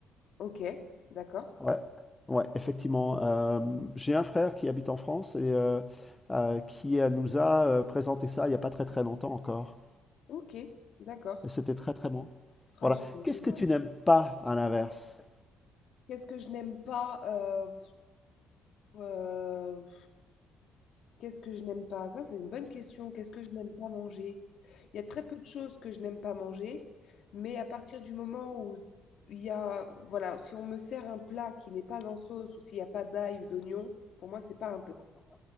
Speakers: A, on the left; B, on the left.
A: Ok, d'accord.
B: Ouais, ouais, effectivement. Euh, j'ai un frère qui habite en France et euh, euh, qui euh, nous a euh, présenté ça il n'y a pas très très longtemps encore.
A: Ok, d'accord.
B: Et c'était très très bon.
A: Ah,
B: Voilà.
A: j'imagine,
B: Qu'est-ce que
A: ouais.
B: tu n'aimes pas à l'inverse?
A: Qu'est-ce que je n'aime pas euh, euh, Qu'est-ce que je n'aime pas? Ça, c'est une bonne question. Qu'est-ce que je n'aime pas manger? Il y a très peu de choses que je n'aime pas manger, mais à partir du moment où il y a, voilà, si on me sert un plat qui n'est pas en sauce ou s'il n'y a pas d'ail ou d'oignon, pour moi, c'est pas un plat.